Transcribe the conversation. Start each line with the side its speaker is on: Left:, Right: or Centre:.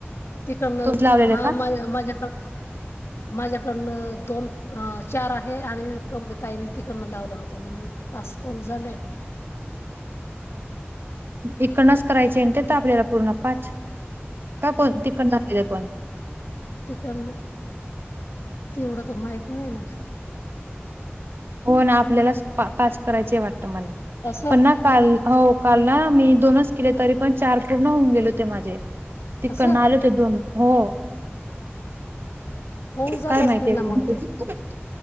Left: तिकडनं
Right: लावलेले
Left: हा
Right: का?
Left: माझ्या माझ्याकडन माझ्याकडन दोन, चार आहे आणि कमल ताईन तिकडन लावला होता म्हणून पास कॉल झालये.
Right: इकडनच करायचे ते तर आपल्याला पूर्ण पाच. का कोण तिकडन <unintelligible>
Left: तिकडण तेवढं तर माहित नाही ना.
Right: हो ना आपल्याला पाच पाच करायचे वाटते मला
Left: असं
Right: पण ना काल हो काल ना मी दोनच केले तरी पण चार पूर्ण होऊन गेल, होते माझे. तिकडण
Left: असं
Right: आले होते दोन. हो.
Left: होऊन जात
Right: काय
Left: असतील
Right: माहिती आहे
Left: ना मग ते